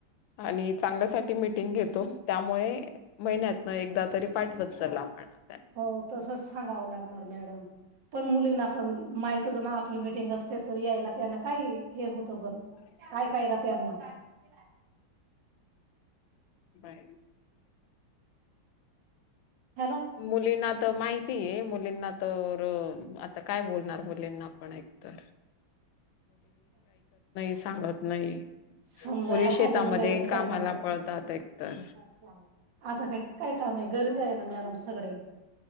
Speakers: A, on the left (about 75°); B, on the right (about 65°).
A: आणि चांगल्यासाठी मिीटिंग घेतो त्यामुळे महिन्यातन एकदा तरी पाठवत चल आपणा
B: हो तसच सांगावं लागल मॅडम पण मुलींना आपण माहित ज ना आपली मिटिंग अस ते त यायला त्यांना काय हे होतं बर कायऐकायला त्यांना ते
A: बाय
B: हॅलो.
A: मुलीनाथ त माहि मुलीनाथवर आता काय बोलणार मुलेंना आपण एकतर सांगत नाही.
B: समजायला
A: मुली शेतामध्ये
B: पाहिजे ना मॅडम
A: कामाला
B: त्यांना पण
A: पळतात एकतर
B: आता काय काय काम आहे गरज आहे ना मॅडम सगळे